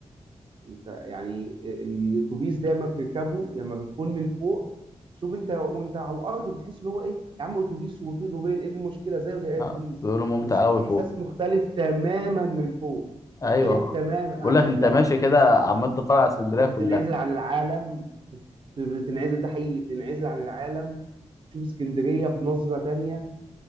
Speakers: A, on the right (about 45°); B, on the left (about 30°).
A: انت يعني الاتوبيس ده ما بتركبه لما بتكون من فوق شوف انت وانت على الارض بتحس ان هو ايه يا عم اتوبيس وفيه دورين ايه المشكله زيه زي
B: لا
A: اي اتوبيس
B: بيقولوا ممتع
A: بس الاحساس
B: قوي فوق
A: مختلف تماما من فوق
B: ايوه
A: مختلف تماما
B: بقول
A: عارف
B: لك
A: ان
B: انت
A: انت
B: ماشي كده عمال تتفرج على اسكندرية
A: انت بتنعزل
B: كلها
A: عن العالم بت- بتنعزل ده حقيقي بتنعزل عن العالم بتشوف اسكندريه بنظره تانية